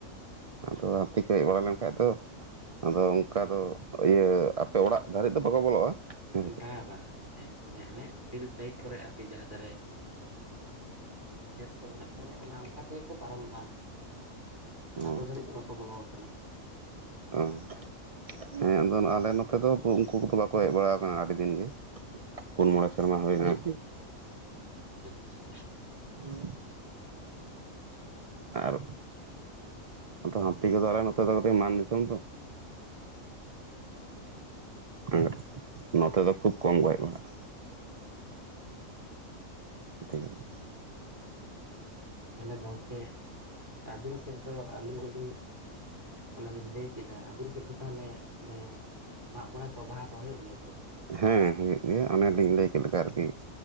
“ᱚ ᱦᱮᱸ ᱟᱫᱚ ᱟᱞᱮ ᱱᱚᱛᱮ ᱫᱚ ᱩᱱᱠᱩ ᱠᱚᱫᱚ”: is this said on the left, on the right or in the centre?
Right